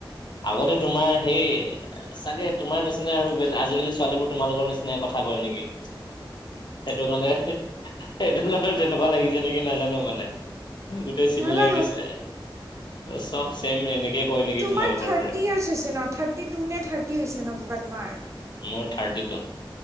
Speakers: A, on the left (about 55°); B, on the right (about 35°).
A: আগতে তোমাৰ সেই। চাগে তোমাৰ নিচিনা আৰু বেলে আজিকালি ছোৱালীবোৰ তোমালোকৰ নিচিনাই কথা কয় নেকি সেইটো কাৰণে সেইটো কাৰণে তেনেকুৱা লাগিছে নেকি নেজানো মানে। চিমিলাৰ
B: নাজানো
A: দিছে আৰু চব চেম এনেকে। কয় নেকি
B: তোমাৰ
A: তোমালোকৰ
B: থাৰ্টি
A: দৰে
B: ইয়াৰ্চ হৈছে ন থাৰ্টি টু নে থাৰ্টি হৈছে ন কিবা তোমাৰ?
A: মোৰ থাৰ্টি টু।